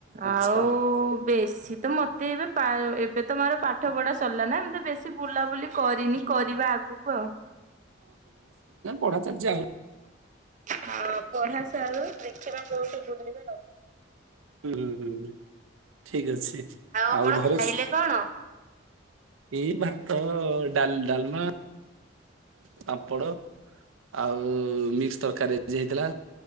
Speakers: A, on the right; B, on the right.
A: ଆଉ
B: ଆଚ୍ଛା
A: ବେଶୀ ତ ମତେ ଏବେ ଏବେ ତ ମର ପାଠ ପଢା ସରିଲା ନା ମତେ ବେ ବେଶୀ ବୁଲାବୁଲି କରିନି କରିବା ଆଗକୁ ଆଉ।
B: ପଢାଚାଲଛି ଆଉ
A: ହଁ ପଢା ସରୁ ଦେଖିବା କୋଉଠିୁ ବୁଲିବା ଆଉ
B: ହଁ ହୁଁ ଠିକ ଅଛି
A: ଆପଣ
B: ଆଉ ଘରେ
A: ଖାଇଲେ କଣ?
B: ଏଇ ଭାତ ଡାଲ ଡାଲମା ପାମ୍ପଡ ଆଉ ମିକ୍ସ ତରକାରୀ ଆଜି ହେଇଥିଲା।